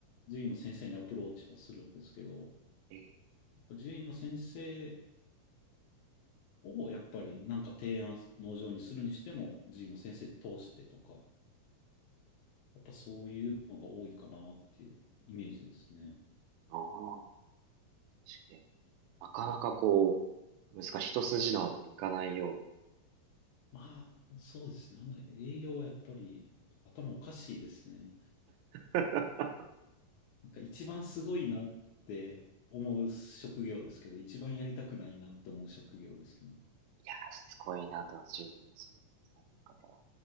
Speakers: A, on the left; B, on the right.
A: 獣医の先生にアプローチはするんですけど、
B: ええ。
A: 獣医の先生をやっぱりなんか提案、農場にするにしても、獣医の先生通してとか、やっぱそういうのが多いかなっていうイメージですね。
B: ああ、確かに。なかなかこう、難しい。一筋縄ではいかないよう
A: まあ、そうですね。あの営業はやっぱり頭おかしいですね。
B: な。<laughs>
A: なんか一番すごいなって思う職業ですけど、一番やりたくないなって思う職業ですね。
B: いや、すごいなとは自分もそういうされてる方は。